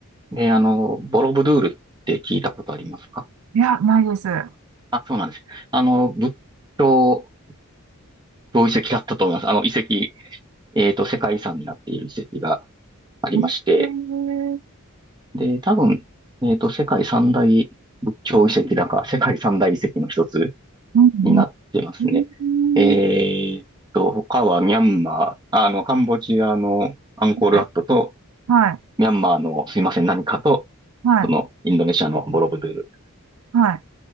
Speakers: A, on the right (about 20°); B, on the right (about 75°).
A: で、あの、ボロブドゥールって聞いたことありますか
B: いや、ないです。えー
A: あ、そうなんです。あの、仏教の遺跡だったと思います。あの、遺跡、えっと、世界遺産になっている遺跡がありまして、
B: うん
A: で、多分、えっと、世界三大仏教遺跡だか、世界三大遺跡の一つ
B: うん
A: になってますね。
B: うん
A: えっと、他はミャンマー、あの、カンボジアのアンコールワットと、
B: はいはい、
A: ミャンマーのすいません、何かと、
B: はい、
A: その、インドネシアのボロブドゥール
B: は